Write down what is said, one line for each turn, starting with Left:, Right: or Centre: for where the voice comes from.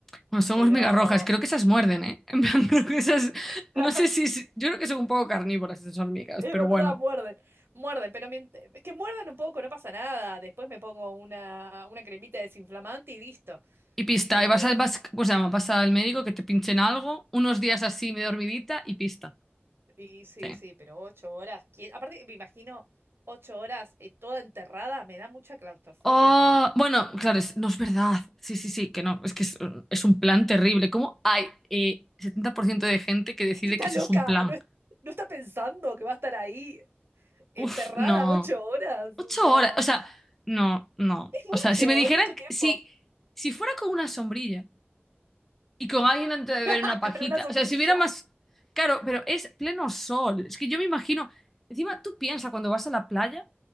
Centre: Bueno, son
Right: pero
Centre: hormigas rojas. Creo que esas muerden, ¿eh? <laughs> En plan, creo que esas.
Right: <laughs>
Centre: No sé si. si- Yo creo que son un poco carnívoras esas hormigas,
Right: es
Centre: pero
Right: verdad,
Centre: bueno.
Right: muerden, muerden, pero mient- que muerdan un poco, no pasa nada. Después me pongo una, una cremita desinflamante y listo.
Centre: Y pista.
Right: Eh,
Centre: Y vas a, vas, ¿cómo se llama? Vas al médico que te pinchen algo, unos días así, medio dormidita y pista.
Right: Y sí,
Centre: Sí.
Right: sí, pero ocho horas. ¿quién- Aparte, me imagino ocho horas eh, toda enterrada, me da mucha claustrofobia
Centre: Oh,
Right: también.
Centre: bueno, claro, es- no es verdad. Sí, sí, sí, que no, es que es, es un plan terrible. ¿Cómo hay eh, 70% de gente que decide
Right: <laughs> Está
Centre: que eso
Right: loca,
Centre: es un plan?
Right: no, es- no está pensando que va a estar ahí enterrada
Centre: Uf, no.
Right: ocho horas.
Centre: Ocho
Right: O sea,
Centre: horas, o sea, no, no.
Right: es mucho,
Centre: O sea, si me dijeran,
Right: es mucho tiempo.
Centre: que- si, si fuera con una sombrilla y con alguien antes
Right: <laughs>
Centre: de beber una pajita,
Right: Con una sombrilla.
Centre: o sea, si hubiera más... Claro, pero es pleno sol. Es que yo me imagino, encima tú piensas cuando vas a la playa.